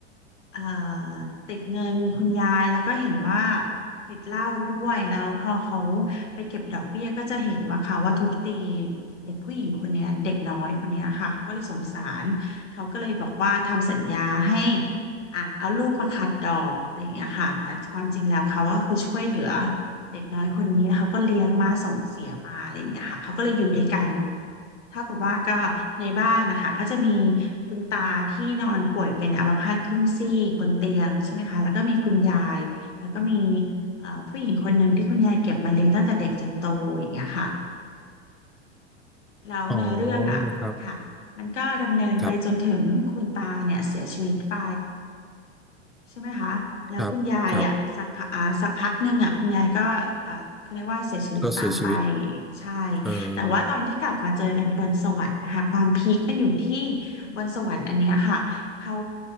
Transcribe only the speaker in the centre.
อ๋อครับครับ
ครับครับก็เสียชีวิต
เอ
อ